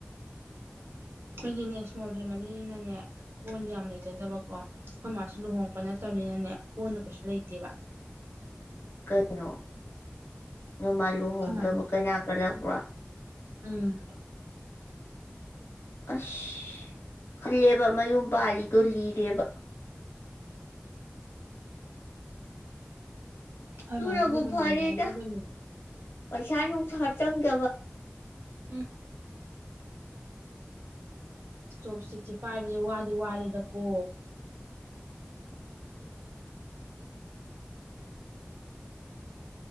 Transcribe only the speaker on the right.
ꯈꯣꯏꯗꯤꯅꯦ ꯏꯁꯃꯣꯜ ꯐꯦꯃꯂꯤꯅꯤꯅꯅꯦ ꯀꯣꯟꯗꯤ ꯌꯥꯝ ꯂꯩꯖꯗꯕꯀꯣ ꯈꯣꯏ ꯃꯥꯁꯨ ꯂꯨꯍꯣꯡꯉꯛꯄ ꯅꯠꯇꯝꯅꯤꯅꯅꯦ ꯀꯣꯟꯗꯨ ꯀꯩꯁꯨ ꯂꯩꯇꯦꯕ
ꯑꯩꯈꯣꯏ ꯃꯥꯅ
ꯎꯝ
ꯈꯣꯏ
ꯃꯥꯅꯗꯤ ꯂꯨꯍꯣꯡꯖꯦ
ꯍꯥꯏꯖꯕꯅꯤ
ꯍꯝ ꯆꯣꯞꯁꯤꯛꯆꯦ ꯄꯥꯏꯕꯖꯦ ꯋꯥꯗꯤ ꯋꯥꯔꯦꯗꯀꯣ